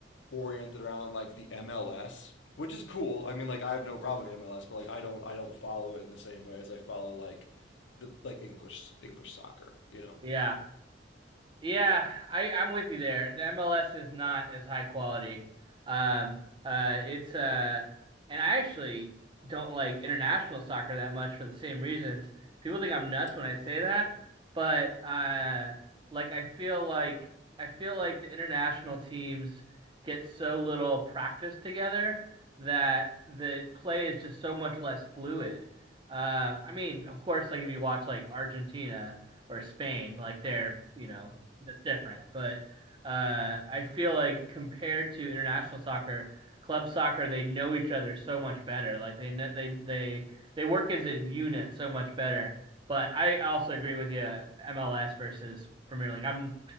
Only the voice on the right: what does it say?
Yeah. Yeah, I, I'm with you there. The MLS is not as high quality. Um, uh, it's uh, and I actually don't like international soccer that much for the same reasons. People think I'm nuts when
I say that, but uh, like I feel like I feel like the international teams get so little practice together that the play is just so much less fluid. Um, I mean, of course, like if you watch like Argentina or Spain, like they're, you know, that's different. But uh, I feel like compared to international soccer, club soccer, they know each other so much better. Like they kn- they they they work as a unit so much better. But I also agree with you, MLS versus Premier League. I'm